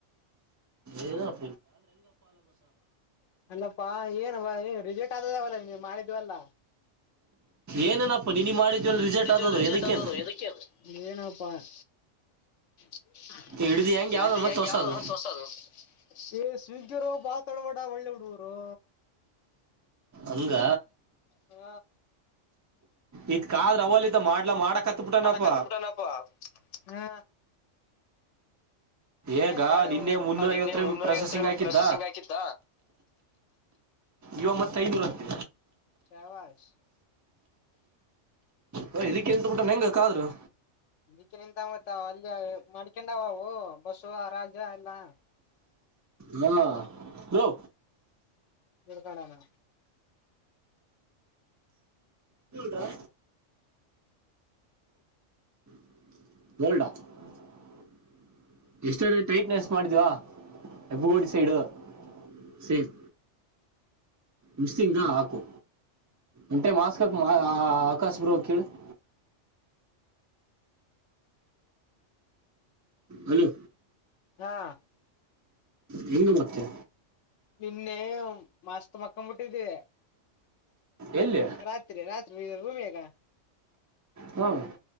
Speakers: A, on the right; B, on the left.
A: ಇಗ <inaudible>
B: ಅಲ್ಲಪ್ಪಾ ಎನ್ ರಿಜೆಟ್ ಆದದವಲ್ಲ ನೀವು ಮಾಡಿದ್ವಲ್ಲ
A: ಏನೇನಪ್ಪ ನಿನಿ ಮಾಡಿದ್ವಲ್ಲ ರಿಜೆಕ್ಟ್
B: ಕಾಲೇಜಲ್ಲಿ
A: ಆದದು
B: ರಿಸಲ್ಟ್
A: ಎದಕ್ಕೇನು
B: ಇದ್ದುಕ್ಕೆ ಅದು ಬಪ್ಪಾರ್ <inaudible>
A: ಹಿಡಿದು ಹೆಂಗ್
B: ಹಿಡ್ದು
A: ಯಾವ್ದು ಮತ್ತೆ
B: ಹೆಂಗ
A: ಹೊಸದು
B: ಯಾವ್ದ ಬಸ್ ಹೊಸದು ಯುಎಸ್ ಸ್ವಿಗ್ಗಿಯರು ಬಾತಾಡಬೇಡ ಒಳ್ಳೆ ಹುಡುಗರು
A: ಹಂಗ
B: ಹ್ಮ
A: ಇದ್ ಕಾದ್ರ ಅವಲ್ದ ಮಾಡ್ಲಾ ಮಾಡಕ್ ಹತ್ಬಿಟ್ಟನಪ್ಪ
B: ಮಾಡಕತ್ ಬಿಟ್ಟನಪ್ಪಾ ಹಾ
A: ಈಗ
B: <inaudible>
A: ನಿನ್ನೆ ಮುನ್ನೂರ
B: ನಿನ್ನೆ
A: ಐವತ್ತರ
B: ಮುನ್ನೂರ
A: ಪ್ರೊಸೆಸಿಂಗ್
B: ಐವತ್
A: ಹಾಕಿದ್ದ
B: ಪ್ರೊಸೆಸಿಂಗ್ ಹಾಕಿದ್ದ
A: ಇವ ಮತ್ತ ಐನೂರತ್ತ
B: ಪ್ರವಶ
A: ಹ ಇದಕ್ಕೆ ಎಂತ ಬಿಟ್ಟ ಹೆಂಗ ಕಾದ್ರರು
B: ನಿಕ್ಕೆ ನಿಂತಮ್ಮತ್ ಅಲ್ಲಿ ಮಾಡ್ಕೊಂಡಾವ ಅವು ಬಸವ ರಾಜ ಎಲ್ಲಾ
A: <inaudible> ನ ರೋ
B: ಬಿಳ್ಕನಾನ
A: ದಾ <inaudible>
B: ಹ <inaudible>
A: <unintelligible> ಎಷ್ಟ ಟೈಟ್ನೆಸ್ ಮಾಡಿದ್ವಾ ಬಡಿ ಸೈಡು ಸೇಮ್ ಮಿಸ್ಸಂಗಾ ಹಾಕು ಎಂಟೆ ಮಾಸ್ಕ್ಕ ಆಕಾಶ ಬ್ರೋ ಕೇಳಿ <inaudible> ಹಲೋ
B: ಹಾ
A: ನಿಮ್ಮದು ಮತ್ತೆ
B: ನಿನ್ನೆ ಮಾಸ್ತ ಮಕ್ಕನ್ ಮುಟ್ಟಿದ
A: ಎಲ್ಲಿ
B: ರಾತ್ರಿ ರಾತ್ರಿ ಬೇಗ <unintelligible>
A: ಹ್ಮ <unintelligible>